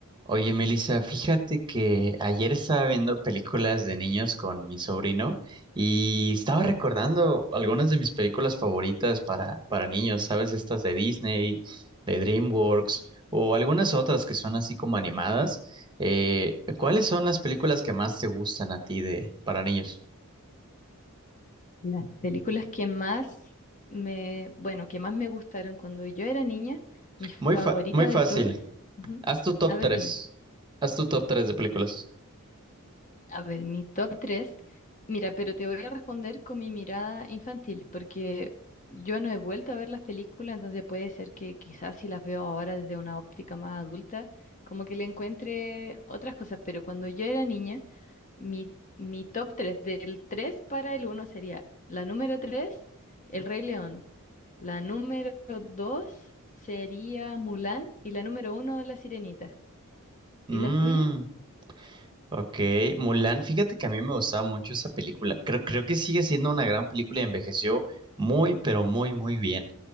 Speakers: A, on the right; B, on the left.
A: Oye, Melissa, fíjate que ayer estaba viendo películas de niños con mi sobrino y estaba recordando algunas de mis películas favoritas para, para niños, ¿sabes? Estas de Disney, de DreamWorks o algunas otras que son así como animadas. Eh, ¿cuáles son las películas que más te gustan a ti de para niños?
B: Las películas que más me, bueno, que más me gustaron cuando yo era niña, mi favorita
A: Muy fa- muy fácil.
B: de todas. ujú.
A: Haz tu top
B: A ver,
A: 3.
B: dime.
A: Haz tu top 3 de películas.
B: A ver, mi top tres Mira, pero te voy a responder con mi mirada infantil, porque yo no he vuelto a ver las películas, entonces puede ser que quizás si las veo ahora desde una óptica más adulta, como que le encuentre otras cosas, pero cuando yo era niña, Mi, mi top 3 del 3 para el uno sería la número tres El Rey León. La número 2 sería Mulan y la número uno La Sirenita.
A: Mmm,
B: ¿Y las tuyas?
A: Ok, Mulan, fíjate que a mí me gustaba mucho esa película. Creo, creo que sigue siendo una gran película y envejeció muy, pero muy, muy bien.